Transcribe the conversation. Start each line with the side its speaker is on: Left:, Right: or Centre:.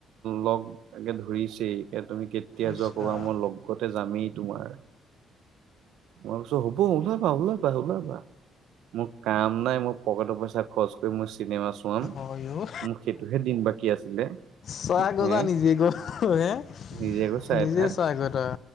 Right: লগ একে ধৰিছেইে তুমি কে কেতিয়া
Left: ইছ
Right: যোৱা কবা
Left: ৰাম
Right: মই লগতে যামেই তোমাৰ মই হ'ব ওলাবা ওলাবা ওলাবা মোৰ কাম নাই মোৰ পকেটৰ পইচা খৰচ কৰি মই চিনেমা চোৱাম।
Left: হয় অ'।
Right: মোক সেইটোহে দিন বাকী আছিলে।
Left: চা গৈ
Right: হে
Left: যা নিজে গৈ হে
Right: নিজে গৈ চাই
Left: নিজে
Right: থাক
Left: চা গৈ তই।